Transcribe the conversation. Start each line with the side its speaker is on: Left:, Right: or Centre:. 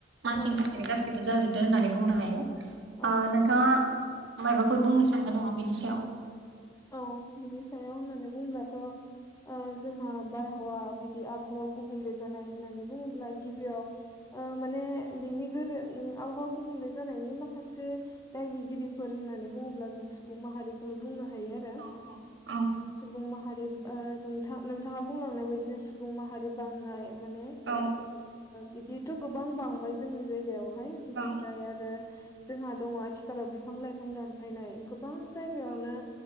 Right: मानसिनि
Left: औ
Right: थाखायनो गासिबो जाजोबदो होननानै बुंनो हायो
Left: औ
Right: ओ नोंथाङा मायबाफोर बुंनो सानगोन नामा बेनि सायाव।
Left: औ बिनि सायाव होननानै बुंुब्लाथ'। जोंहा बारहावा बिदि आबहावा गुबुंले जानाय होननानै बुङोब्ला गिबियाव। माने बेनि गोरों आबहावा गुबुंले जानायनि माखासे दायनिगिरिफोर। होननानै बुङोब्ला जों सुबुं माहारिखौनो बुंनो हायो आरो
Right: औ औ
Left: सुबुं माहारि। नोंथां नोंथाङा बुंलांनाय बायदिनो सुबुं माहारि बांनाय। माने
Right: औ
Left: बिदिथ' गोबां बांबाय जोंनि जायगायावहाय बिनिफ्राय
Right: औ
Left: आरो। जोंहा दङ आथिखालाव बिफां लाइफां दानफायनाय गोबां जायगायावनो।
Right: औ